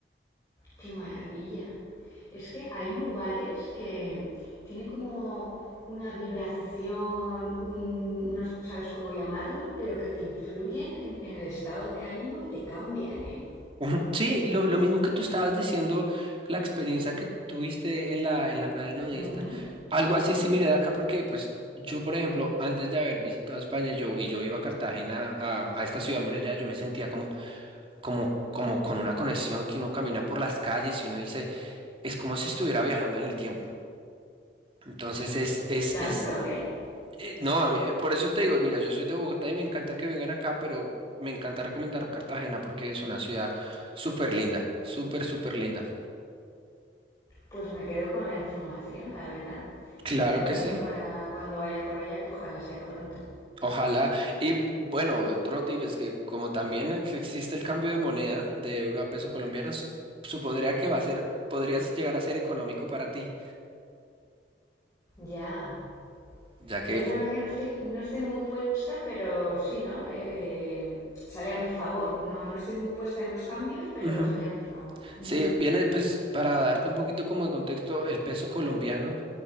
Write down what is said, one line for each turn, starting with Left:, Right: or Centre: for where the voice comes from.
Left: qué maravilla. Es que hay lugares que tienen como una vibración, un, no sabes cómo llamarlo, pero que te influyen en, en el estado de ánimo y te cambian, ¿eh?
Right: Ujú. Sí, lo, lo mismo que tú estabas diciendo, la experiencia que tuviste en la, en la playa nudista,
Left: Ujú.
Right: algo así similar acá, porque pues yo, por ejemplo, antes de haber visitado España, yo, y yo iba a Cartagena, a, a esta ciudad muralla, yo me sentía como, como, como con una conexión que uno camina por las calles y uno dice es como si estuviera viajando en el tiempo. Entonces es, es,
Left: Tanto,
Right: es,
Left: ¿eh?
Right: eh, no, a mí- eh, por eso te digo, mira, yo soy de Bogotá y me encanta que vengan acá, pero me encanta recomendar Cartagena porque es una ciudad súper linda, súper, súper linda.
Left: Pues me quedo con la información, la verdad.
Right: Claro
Left: Me la apunto
Right: que sí.
Left: para cuando vaya por allá, que ojalá sea pronto.
Right: Ojalá. Y bueno, otro tip es que como también ex- existe el cambio de moneda de euro a peso colombiano, s- supondría que va a ser, podrías llegar a ser económico para ti,
Left: Ya.
Right: ya que
Left: Yo la verdad que no estoy, no estoy muy puesta, pero sí, ¿no? Eh, eh, sale a mi favor. No, no estoy muy puesta en los cambios, pero
Right: Ujú.
Left: sale a mi favor. Ujú.
Right: Sí, viene pues para darte un poquito como de contexto, el peso colombiano